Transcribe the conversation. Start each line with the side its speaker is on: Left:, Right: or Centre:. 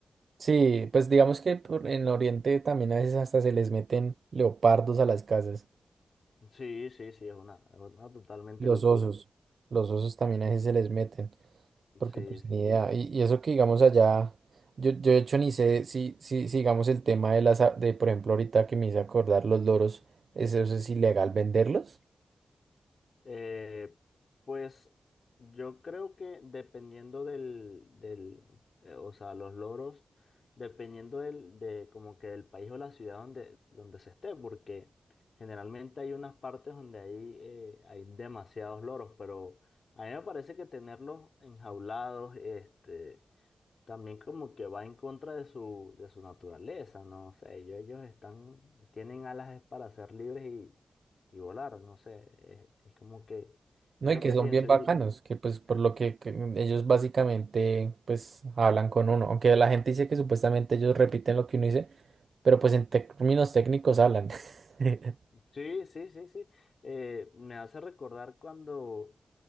Right: Sí, pues digamos que por- en Oriente también a veces hasta se les meten leopardos a las casas,
Left: Sí, sí, sí, es una, es una totalmente
Right: los
Left: locura.
Right: osos, los osos también a veces se les meten, porque
Left: Sí,
Right: pues
Left: sí.
Right: ni idea, y, y eso que digamos allá, yo, yo de hecho ni sé si, si, si digamos el tema de las, a- de por ejemplo ahorita que me hice acordar los loros, eso es ilegal venderlos,
Left: Eh, pues yo creo que dependiendo del, del eh, o sea, los loros, dependiendo del, de como que del país o la ciudad donde, donde se esté, porque generalmente hay unas partes donde hay, eh, hay demasiados loros, pero a mí me parece que tenerlos enjaulados, este, también como que va en contra de su, de su naturaleza, no sé, ellos, ellos están, tienen alas es para ser libres y, y volar, no sé, es, es como que,
Right: ¿no?
Left: es
Right: Y
Left: lo
Right: que
Left: que
Right: son
Left: pienso.
Right: bien bacanos,
Left: Y,
Right: que pues por lo que, que ellos básicamente pues hablan con uno, aunque la gente dice que supuestamente ellos repiten lo que uno dice, pero pues en términos técnicos hablan. <laughs>
Left: sí, sí, sí, sí, eh, me hace recordar cuando